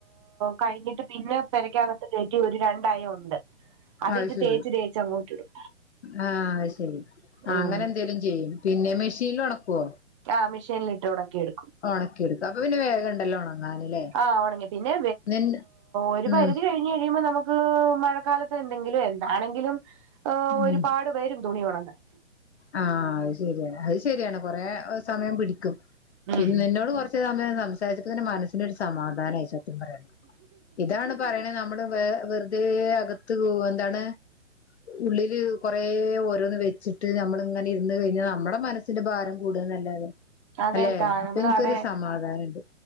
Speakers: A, on the right (about 25°); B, on the left (about 60°).
A: കഴിഞ്ഞിട്ട് പിന്നെ പെരക്കകത്ത് കേറ്റി ഒരു രണ്ടയ ഉണ്ട്. അത്ട്ട്
B: അത് ശരി
A: തേച്ച് തേച്ചു അങ്ങോട്ടിടും
B: ആഹ് അത് ശരി
A: ഉം
B: അങ്ങനെ എന്തേലും ചെയ്യും പിന്നെ മെഷീനിൽ ഉണക്കുവോ
A: ആഹ് മെഷീലിട്ട് ഒണക്കി എടുക്കും
B: ഒണക്കി എടുക്കും അപ്പൊ പിന്നെ വേഗം ഉണ്ടല്ലോ ഉണങ്ങാനല്ലേ
A: ആ ഉണങ്ങി പിന്നെ
B: നിന്റെ
A: ഒരു
B: ഉം
A: പരിധി കഴിഞ് ഴിപോ നമക്ക് മഴക്കാലത്ത് എന്തെങ്കിലും എന്താണെങ്കിലും ഒരുപാട്
B: ഉം
A: വരും തുണി ഉണങ്ങാൻ
B: ആഹ് അത് ശരിയാണ് അത് ശരിയാണ് കൊറെ സമയം പിടിക്കും
A: ഉം
B: പിന്നെ നോട് കുറച്ച് സമയം സംസാരിച്ചപ്പ തന്നെ മനസ്സിനൊരു സമാധാനമായി സത്യം പറയാലോ ഇതാണ് പറയണ നമ്മുടെ വേ വെർ അതേ അകത്ത് എന്താണ് ഉള്ളില് കൊറേ ഓരോന്ന് വെച്ചിട്ട്. ട് നമ്മള് ഇങ്ങനെ ഇരുന്ന് കഴിഞ്ഞാൽ നമ്മുടെ മനസ്സിന്റെ ഭാരം കൂട്ന്നല്ലാതെ
A: അതെ
B: അല്ലെ
A: ട്ടാ
B: അപ്പൊ
A: നമ്മള്
B: നിക്കൊരു
A: അതെ
B: സമാധാനംണ്ട്